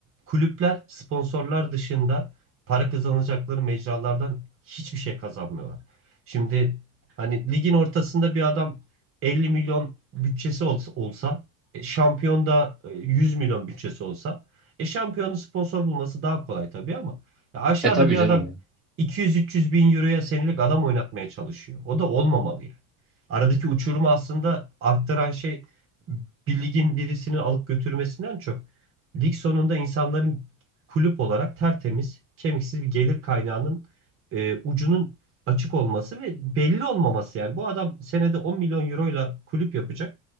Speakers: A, on the right; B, in the centre.
A: kulüpler sponsorlar dışında para kazanacakları mecralardan hiçbir şey kazanmıyorlar. Şimdi hani ligin ortasında bir adam 50 milyon bütçesi olsa, olsa e, şampiyon da e, 100 milyon bütçesi olsa e şampiyonun sponsor bulması daha kolay tabii ama ya aşağıda
B: E tabii
A: bir
B: canım
A: adam
B: yani.
A: 200-300 bin euroya senelik adam oynatmaya çalışıyor. O da olmamalı yani. Aradaki uçurumu aslında arttıran şey bir ligin birisini alıp götürmesinden çok lig sonunda insanların kulüp olarak tertemiz, kemiksiz bir gelir kaynağının e, ucunun açık olması ve belli olmaması yani. Bu adam senede 10 milyon euroyla kulüp yapacak.